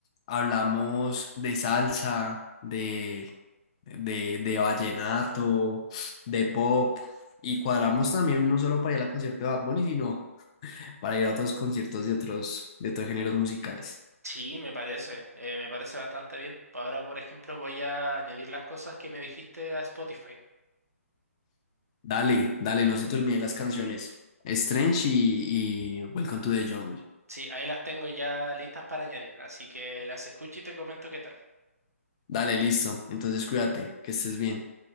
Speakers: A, on the left (about 25°); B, on the right (about 90°).
A: hablamos de salsa, de, de, de vallenato, de pop? Y cuadramos también no solo para ir al concierto de Bad Bunny, sino para ir a otros conciertos de otros, de otros géneros musicales.
B: Sí, me parece, eh, me parece bastante bien. Ahora, por ejemplo, voy a añadir las cosas que me dijiste a Spotify.
A: Dale, dale, no se te olviden las canciones. Strange y, y Welcome to the Jungle.
B: Sí, ahí las tengo ya listas para añadir, así que las escucho y te comento qué tal.
A: Dale, listo. Entonces, cuídate, que estés bien.